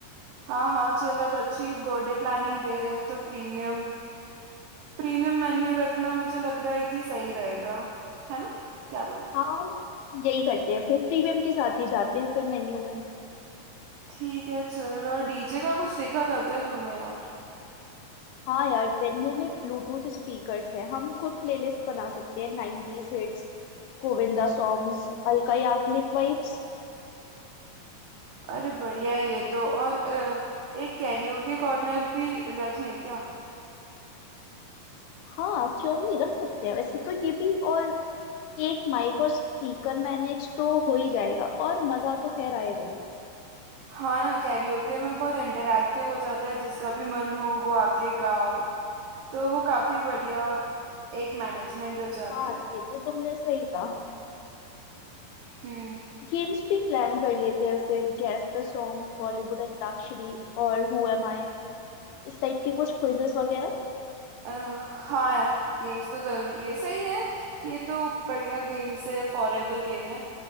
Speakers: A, on the right; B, on the left.
A: हाँ हाँ चल अब अच्छी बर्थडे प्लानिंग दे रहे हैं तो प्रीमियम प्रीमियम मेन्यू रखना मुझे लग रहा है कि सही रहेगा है ना क्या बोलते
B: हाँ यही करते हैं फिर प्रीमियम के साथ ही जाते हैं फिर मेन्यू में
A: ठीक है चल और डीजे का कुछ देखा था क्या तूने यार
B: हाँ यार मेन्यू में ब्लूटूथ स्पीकर्स हैं हम खुद प्लेलिस्ट बना सकते हैं 90s hits Govinda songs Alka Yagnik vibes
A: अरे बढ़िया है ये तो और अ, एक कैरियोके कॉर्नर भी रख ले क्या
B: हाँ क्यों नहीं रख सकते हैं वैसे तो ये भी और एक माइक और स्पीकर मैनेज तो हो ही जाएगा और मजा तो खैर आएगा ही
A: हाँ ना कैरियोके में बहुत इंटरैक्टिव हो जाता है जिसका भी मन हो वो आके गाओ तो वो काफी बढ़िया एक मैनेजमेंट हो जाता
B: हाँ
A: है
B: ये तो तुमने सही कहा
A: हम्म
B: गेम्स भी प्लान कर लेते हैं फिर guess the song Bollywood antakshari और हु एम आई इस टाइप के कुछ क्विजेस वगैरह
A: अ, हाँ यार गेम्स तो जरूरी है सही है ये तो बढ़िया गेम्स है फॉर एवर गेम है